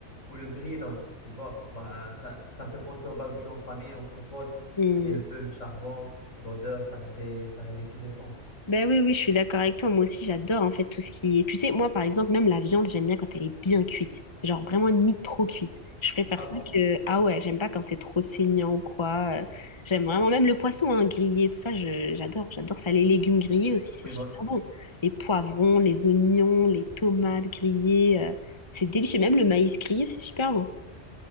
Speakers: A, on the left; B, on the left.
A: ou le grill donne. Tu vois, ben, ça, ça me fait penser au barbecue en famille, entre potes.
B: Hmm.
A: Et le feu, le charbon, l'odeur, ça réveille, ça réveille tous les sens.
B: Ben oui, oui, je suis d'accord avec toi. Moi aussi, j'adore en fait tout ce qui est. Tu sais, moi par exemple, même la viande, j'aime bien quand elle est bien cuite. Genre vraiment limite trop cuite. Je préfère
A: Ah
B: ça
A: bon?
B: que. Ah ouais, j'aime pas quand c'est trop saignant ou quoi. Euh, J'aime vraiment même le poisson hein, grillé, tout ça, je- j'adore. J'adore ça. Les légumes grillés aussi, c'est
A: Oui,
B: super
A: moi aussi.
B: bon. Les poivrons, les oignons, les tomates grillées, euh, c'est délicieux. Même le maïs grillé, c'est super bon.